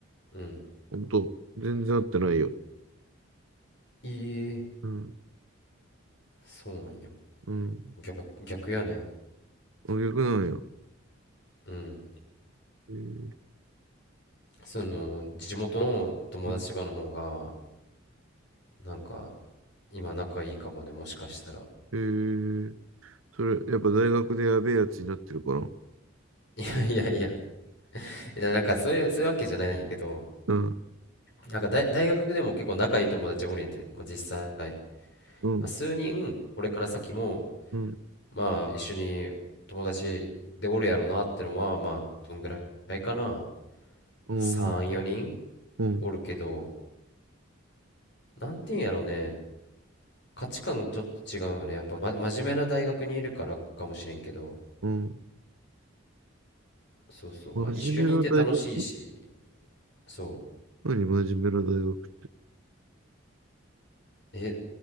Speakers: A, on the left (about 60°); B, on the right (about 80°).
A: うん。
B: ほんと、全然会ってないよ。
A: えー、
B: うん。
A: そうなんや。
B: うん。
A: 逆、逆やね。
B: あ、逆なんや。
A: うん。
B: えー、
A: その、地元の友達とかの方が、
B: うん。
A: なんか、今仲いいかもね、もしかしたら。
B: えー、それ、やっぱ大学でやべえやつになってるから。
A: <laughs> いやいやいや、いやなんかそういう、そういうわけじゃないんやけど、
B: うん。
A: なんか大、大学でも結構仲いい友達おりんて、まあ、実際、
B: うん。
A: まあ、数人、これから先も、
B: うん。
A: まあ、一緒に友達でおるやろなってのは、まあ、どんぐらいかな。
B: うん。
A: 3、4人
B: うん、
A: おるけど、なんていうんやろうね、価値観ちょっと違うよね。やっぱ、ま、真面目な大学にいるからかもしれんけど、
B: うん。
A: そうそう、
B: 真面目な大学
A: まあ、一緒にいて楽しいし、そ
B: 何真面目な大学って。
A: う。え、